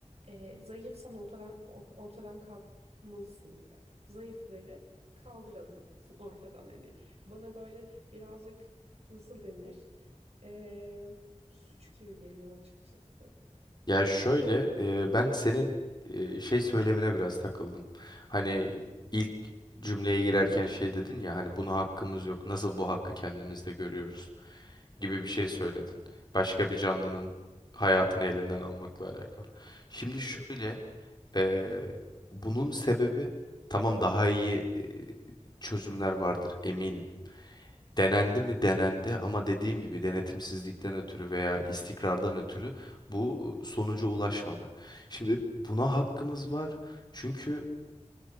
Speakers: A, on the right; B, on the left.
A: Ee, zayıfsan ortadan or- ortadan kalkmalısın gibi. Zayıfları kaldıralım <laughs> ortadan hani. Bana böyle birazcık nasıl denir? Ee, suç gibi geliyor açıkçası.
B: Ya şöyle e, ben senin e, şey söylemine biraz takıldım. Hani ilk cümleye girerken şey dedin ya hani buna hakkımız yok. Nasıl bu hakkı kendimizde görüyoruz
A: Hı
B: gibi
A: hı,
B: bir şey söyledin. Başka bir canlının hayatını elinden almakla alakalı. Şimdi
A: hı
B: şöyle
A: hı,
B: Ee, bunun sebebi tamam daha iyi e, çözümler vardır eminim. Denendi mi denendi ama dediğim gibi denetimsizlikten ötürü veya istikrardan ötürü bu sonuca ulaşmadı. Şimdi buna hakkımız var çünkü